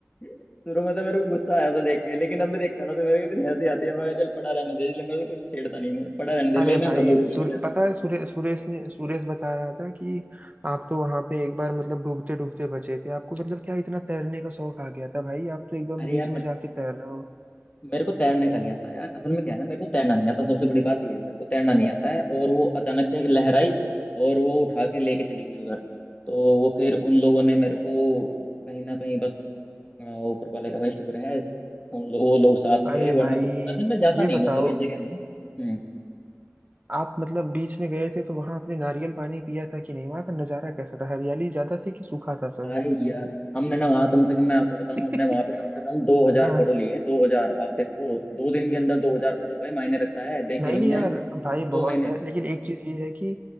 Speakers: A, on the left; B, on the right.
A: शुरू में तो मेरे को गुस्सा आया उसे देख के लेकिन अब मैं देखता हूं ना तो मेरे को इतनी हंसी आती है मैं कहा, चल पड़ा रहने दे इसलिए मैं कुछ छेड़ता नहीं मुझे पड़ा रहने दे
B: अरे
A: लेने
B: भाई
A: दो लोगों
B: सुरे,
A: को मुझे
B: पता है सुरे, सुरेश ने सुरेश बता रहा था कि आप तो वहां पे एक बार मतलब डूबते डूबते बचे थे आपको मतलब क्या इतना तैरने का शौक आ गया था भाई आप तो एकदम
A: अरे
B: बीच
A: यार
B: में
A: मैं
B: जाके तैर रहे हो
A: मेरे को तैरने का नहीं आता यार असल में क्या है ना मेरे को तैरना नहीं आता सबसे बड़ी बात ये है मेरे को तैरना नहीं आता है और वो अचानक से एक लहर आई और वो उठा के लेके चली गई उधर तो वो फिर उन लोगों ने मेरे को कहीं ना कहीं बस अ, ऊपर वाले का भाई शुक्र है उन लो, वो लोग साथ
B: अरे
A: थे
B: भाई
A: वरना तो अरे मैं जाता
B: ये
A: नहीं
B: बताओ
A: हूँ, मतलब इस जगह में ना हम्म
B: आप मतलब बीच में गए थे तो वहां आपने नारियल पानी पिया था कि नहीं वहां का नजारा कैसा था हरियाली ज्यादा थी कि सूखा था सब
A: अरे यार हमने ना वहाँ कम से कम मैं आपको बताऊँ
B: <laughs>
A: हमने वहाँ पे कम से कम दो हजार
B: हाँ
A: फोटो लिए हैं दो हजार आप देखो दो दिन के अंदर दो हजार फोटो भाई मायने रखता है देखे
B: नहीं
A: भी नहीं
B: नहीं
A: जाएंगे
B: यार भाई
A: दो
B: बहुत
A: महीने
B: है लेकिन एक चीज ये है कि